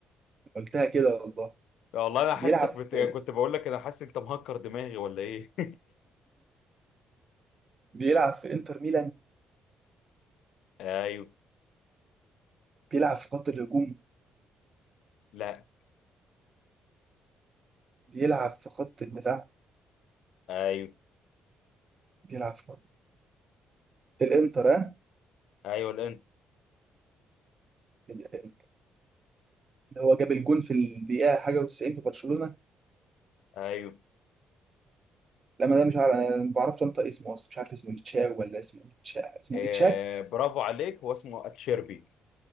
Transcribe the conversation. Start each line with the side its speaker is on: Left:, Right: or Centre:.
Right: قلتها كده والله
Left: والله انا
Right: بيلعب
Left: حاسسك بت...
Right: في
Left: كنت بقول لك انا حاسس انت مهكر دماغي ولا ايه
Right: بيلعب في إنتر ميلان
Left: <laughs> ايوه
Right: بيلعب في خط الهجوم
Left: لا
Right: بيلعب في خط الدفاع
Left: ايوه
Right: بيلعب في خط في الإنتر آه
Left: ايوه الانت
Right: اللي هو جاب الجون في الدقيقة حاجة و90 في برشلونة
Left: ايوه
Right: لما ده مش عارف أنا ما بعرفش أنطق اسمه أصلا مش عارف اسمه إتشاو ولا اسمه إتشا اسمه
Left: إيه،
Right: إتشاك
Left: برافو عليك هو اسمه اتشيربي